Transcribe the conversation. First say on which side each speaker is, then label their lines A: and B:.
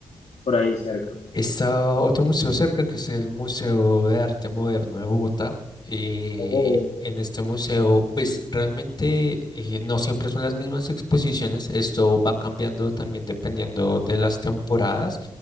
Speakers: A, on the left; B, on the left.
A: por ahí cerca?
B: Está otro museo cerca que es el Museo de Arte Moderno de Bogotá. Eh,
A: Oh,
B: en este museo, pues realmente eh, no siempre son las mismas exposiciones. Esto va cambiando también dependiendo de las temporadas.